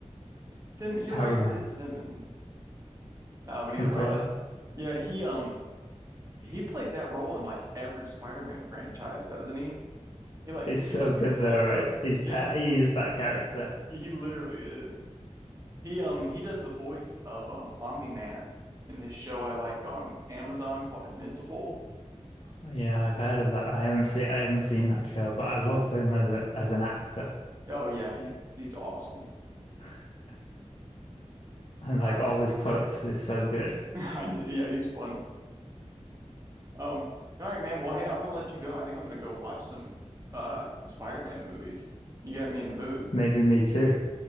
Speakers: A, on the right; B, on the left.
A: Sim,
B: I
A: you're
B: can't
A: right,
B: remember.
A: it is Simmons. Uh, but either
B: Of
A: way,
B: course.
A: yeah, he um he plays that role in like every Spider-Man franchise, doesn't he? He like
B: It's
A: keeps
B: so
A: picking
B: good
A: it
B: though,
A: back
B: right?
A: up.
B: His pet
A: Yeah,
B: he is that character.
A: he literally is. He um he does the voice of um Omni-Man in this show I like on Amazon called Invincible.
B: Yeah, I've heard of that. I haven't seen I haven't seen that show, but I love him as a as an actor.
A: Oh yeah, he's he's awesome.
B: <laughs> And like
A: All right.
B: all his quotes is so good.
A: <laughs> Yeah, he's funny. Um, all right, man. Well, hey, I'm gonna let you go. I think I'm gonna go watch some uh Spider-Man movies. You got me in the mood.
B: Maybe me too.